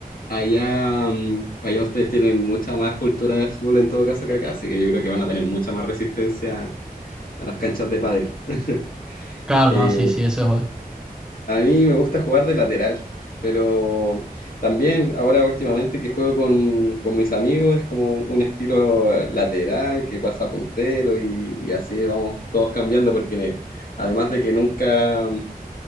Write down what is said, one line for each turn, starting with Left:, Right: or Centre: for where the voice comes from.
Left: allá, mm, allá ustedes tienen mucha más cultura de fútbol en todo caso que acá, así que yo creo que van a tener mucha más resistencia a las canchas de pádel. <laughs>
Centre: Claro,
Left: Eh,
Centre: no, sí, sí, eso es obvio.
Left: A mí me gusta jugar de lateral, pero también ahora últimamente que juego con, con mis amigos es como un estilo eh, lateral que pasa a puntero y, y así vamos todos cambiando porque además de que nunca,